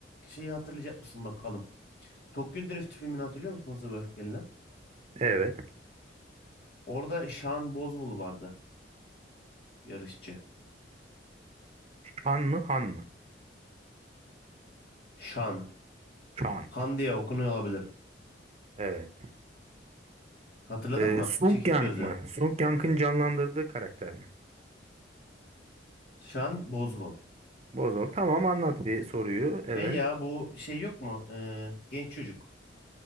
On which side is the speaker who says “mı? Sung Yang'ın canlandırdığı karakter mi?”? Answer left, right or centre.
Right